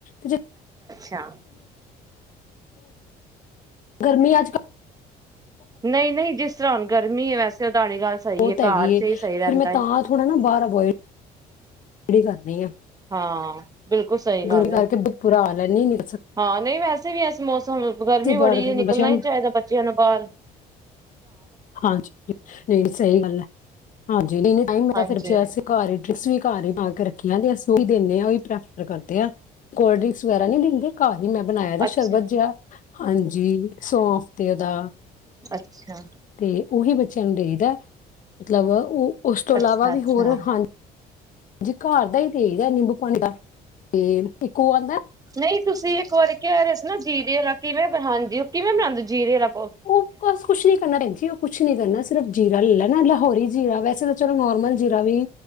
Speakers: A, on the left; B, on the right.
A: ਜੇ।
B: ਹੈਆ।
A: ਗਰਮੀ ਅੱਜ ਕੱਲ੍ਹ‌।
B: ਨਹੀਂ ਨਹੀਂ ਜਿਸ। ਜਿਦਾਂ ਹੁਣ ਗਰਮੀ ਹੈ ਵੈਸੇ ਤੁਹਾਡੀ ਗੱਲ। ਸਹੀ
A: ਬਹੁਤ
B: ਹੈ
A: ਹੈਗੀ
B: ਘਰ ਚ
A: ਏ
B: ਹੀ ਸਹੀ ਰਹਿੰਦਾ
A: ਫੇਰ ਮੈਂ
B: ਹੈ
A: ਤਾਂ ਥੋੜ੍ਹਾ ਨਾ ਬਾਹਰ ਹੋਈ। ਕਿਹੜੀ ਕਰਨੀ ਆ।
B: ਹਾਂ ਬਿਲਕੁਲ। ਸਹੀ ਗੱਲ
A: ਗਰਮੀ ਕਰਕੇ,
B: ਹੈ
A: ਬਹੁਤ ਬੁਰਾ ਹਾਲ ਹੈ। ਲੈਨੀ ਨੀ।
B: ਹਾਂ ਨਹੀਂ ਵੈਸੇ ਵੀ, ਏਸ ਮੌਸਮ ਗਰਮੀ
A: ਸੀ
B: ਬੜੀ
A: ਬਾਹਰ ਫਿਰ
B: ਏ, ਨਿਕਲਣਾ
A: ਬੱਚਿਆਂ
B: ਹੀ
A: ਨੂੰ
B: ਨੀ ਚਾਹੀਦਾ ਬੱਚਿਆਂ ਨੂੰ। ਘਰ
A: ਹਾਂਜੀ। ਨਹੀਂ ਸਹੀ ਗੱਲ ਹੈ। ਹਾਂਜੀ ਨਹੀਂ- ਨਹੀਂ
B: ਹਾਂਜੀ।
A: ਜੈਸ ਵੀ ਘਰੇ, ਟ੍ਰਿਕਸ ਵੀ ਕਰ ਰਹੀ ਉਹੀ ਦੇਨੇ ਆਂ, ਉਹੀ ਪ੍ਰੈਫਰ ਕਰਦੇ ਹਾਂ, ਕੋਲਡ ਡਰਿੰਕਸ ਵਗੈਰਾ ਨਹੀ ਦਿੰਦੇ ਘਰ ਮੈਂ ਬਣਾਇਆ ਤ
B: ਅੱਛਾ,
A: ਸ਼ਰਬਤ ਜਿਹਾ ਹਾਂਜੀ ਸੋਂਫ਼ ਤੇ, ਓਦਾ
B: ਅੱਛਾ।
A: ਅਤੇ ਉਹੀ ਬੱਚਿਆਂ ਨੂੰ ਦੇਈਦਾ ਮਤਲਬ। ਉਹ, ਉਸ ਤੋਂ
B: ਅੱਛਾ,
A: ਇਲਾਵਾ ਵੀ
B: ਅੱਛਾ।
A: ਹੋਰ, ਹਾਂਜੀ। ਜੀ ਘਰ ਦਾ ਹੀ ਦੇਈਦਾ ਨਿੰਬੂ ਪਾਣੀ ਦਾ, ਤੇ ਇੱਕੋ ਓ ਆ
B: ਨਹੀਂ ਤੁਸੀਂ ਇੱਕ ਵਾਰੀ ਕਹਿ ਰਹੇ ਸੀ ਨਾ, ਜੀਰੇ ਵਾਲਾ ਕਿਵੇਂ ਹਾਂਜੀ ਉਹ ਕਿਵੇਂ ਬਣਾਂਦੇ? ਜੀਰੇ ਰੱਖ
A: ਉਹ, ਬਸ ਕੁਛ ਨੀ ਕਰਨਾ ਭੈਣ ਜੀ, ਉਹ ਕੁਛ ਨੀ ਕਰਨਾ ਸਿਰਫ ਜੀਰਾ ਲੈ ਹਨ ਨਾ ਲਾਹੋਰੀ ਜੀਰਾ ਵੈਸੇ ਤਾਂ, ਚਲੋ ਨੋਰਮਲ ਜੀਰਾ ਵੀ